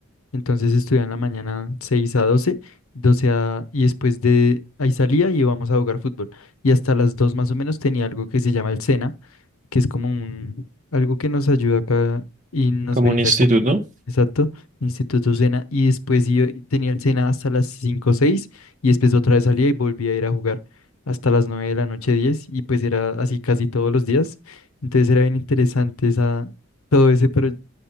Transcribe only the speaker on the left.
Entonces estudiaba en la mañana seis a doce doce a... y después de ahí salía y íbamos a jugar fútbol. Y hasta las 2 más o menos tenía algo que se llama el SENA, que es como un algo que nos ayuda acá y nos
brinda
como, exacto, Instituto Sena. Y después yo tenía el Sena hasta las cinco o 6 y después otra vez salía y volvía a ir a jugar hasta las nueve de la noche diez y pues era así casi todos los días entonces era bien interesante esa, todo ese, pero